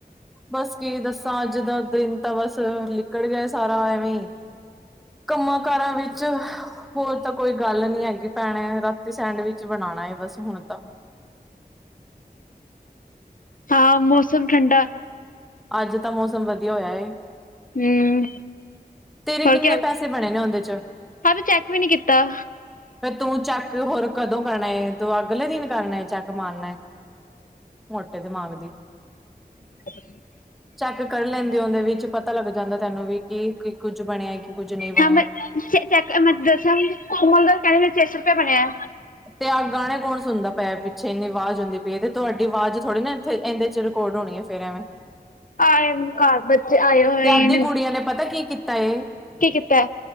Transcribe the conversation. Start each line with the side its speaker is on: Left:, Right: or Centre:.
Centre: ਬਸ ਕੀ ਦੱਸਾਂ ਅੱਜ ਦਾ ਦਿਨ ਤਾਂ ਬਸ ਨਿਕਲ ਗਿਆ ਸਾਰਾ ਐਵੇਂ ਹੀ। ਕੰਮਾਂ- ਕਾਰਾਂ ਵਿੱਚ ਹੋਰ ਤਾਂ ਕੋਈ ਗੱਲ ਨੀ ਹੈਗੀ ਭੈਣੇ ਰਾਤੀ ਸੈਂਡਵਿਚ ਬਣਾਉਣਾ ਹੈ ਬਸ ਹੁਣ ਤਾਂ।
Left: ਹਾਂ ਮੌਸਮ ਠੰਡਾ।
Centre: ਅੱਜ ਤਾਂ ਮੌਸਮ ਵਧੀਆ ਹੋਇਆ ਏ।
Left: ਹਮ
Centre: ਤੇਰੇ ਕਿੰਨੇ
Left: ਹੋਰ ਕੀ ਹਾਲ
Centre: ਪੈਸੇ ਬਣੇ ਨੇ ਉਹਦੇ
Left: ਹਲੇ ਚੈੱਕ ਵੀ ਨੀ ਕੀਤਾ।
Centre: ਫਿਰ ਤੂੰ ਚੈੱਕ ਹੋਰ ਕਦੋਂ ਕਰਨਾ ਤੂੰ ਅਗਲੇ ਦਿਨ ਕਰਨਾ ਚੈੱਕ ਮਨਲੇ। ਮੋਟੇ ਦੇਮਾਗ ਦੀ।
Left: <unintelligible>
Centre: ਚੈਕ ਕਰ ਲੈਦੇ ਉਹਦੇ ਵਿੱਚ ਪਤਾ ਲੱਗ ਜਾਦਾ ਤੈਨੂੰ ਵੀ ਕਿ ਕੀ ਕੁੱਝ ਬਣਿਆ ਕੀ ਕੁੱਝ ਨਹੀ ਬਣਿਆ।
Left: ਹਾਂ ਮੈਂ ਚੈੱਕ ਮੈਂ ਦਸਾ ਦੱਸਾਂਗੀ ਨੀ ਉਹਦਾ ਕਿਵੇਂ ਛੇ ਸੌ ਰੁਪਿਆ ਬਣਿਆ।
Centre: ਤੇ ਆਹ ਗਾਣੇ ਕੌਣ ਸੁਣਦਾ ਪਿਆ ਪਿੱਛੇ ਇੰਨੀ ਆਵਾਜ਼ ਹੁੰਦੀ ਪਈ ਤੇ ਤੁਹਾਡੀ ਆਵਾਜ਼ ਥੋੜ੍ਹੀ ਨਾ ਇਹਦੇ ਚ ਰਿਕਾਰਡ ਹੋਣੀ ਆ ਫੇਰ ਐਵੇਂ
Left: ਆਏ ਘਰ ਬੱਚੇ ਆਏ ਹੋਏ
Centre: ਤੇ ਅੱਧੀ ਕੁੜੀਆਂ ਨੇ ਪਤਾ ਕੀ ਕੀਤਾ ਏ।
Left: ਕੀ ਕੀਤਾ?